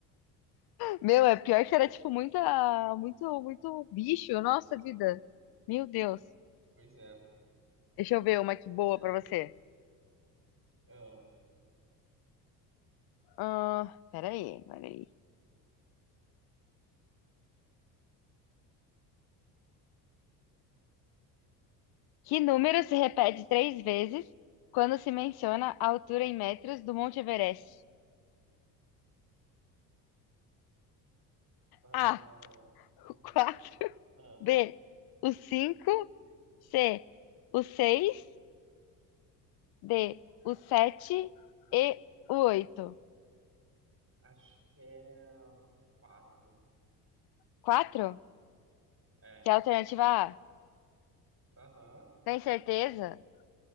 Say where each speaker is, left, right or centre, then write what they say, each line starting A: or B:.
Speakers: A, on the left; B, on the right.
A: Meu, é pior que era tipo muita, muito, muito bicho, nossa vida. Meu Deus.
B: Pois é,
A: Deixa eu ver uma que boa
B: pois é.
A: pra você.
B: Ah,
A: Ah, peraí, peraí. Que número se repete três vezes quando se menciona a altura em metros do Monte Everest?
B: ah,
A: A,
B: qual
A: o
B: o
A: 4,
B: número? Ah,
A: B, o 5. C, o 6. D, o 7. e o oito.
B: acho que é o 4.
A: Quatro?
B: É.
A: Que é a alternativa A.
B: Aham.
A: Tem certeza?